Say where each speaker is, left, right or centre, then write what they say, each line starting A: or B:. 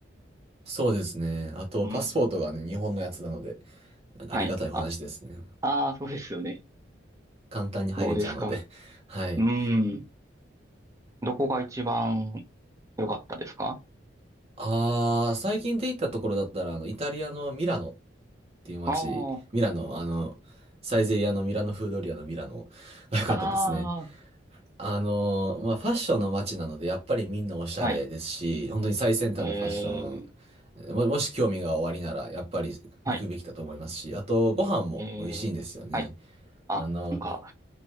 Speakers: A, on the right; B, on the right.
A: そうですね。あと、
B: うん。
A: パスポートがね、日本のやつなので、ありがたいお話ですね。
B: はい。あ、ああ、そうですよね。
A: 簡単に入れちゃうので。
B: そうですか。
A: <laughs> はい。
B: うん。どこが一番良かったですか
A: ああ、最近で行ったところだったら、あの、イタリアのミラノっていう街、
B: ああ、
A: ミラノ、あの、サイゼリアのミラノフードリアのミラノが良 <laughs> かったですね。
B: あ
A: あのーまあ、ファッションの街なので、やっぱりみんなおしゃれですし、
B: あ、はい。
A: 本当に最先端のファッション、
B: えー、
A: も、もし興味がおありなら、やっぱり行くべきだと思いますし、
B: はい。
A: あと、ご飯も美味しいんですよね。
B: えー、はい。あ、
A: あの、
B: なんか、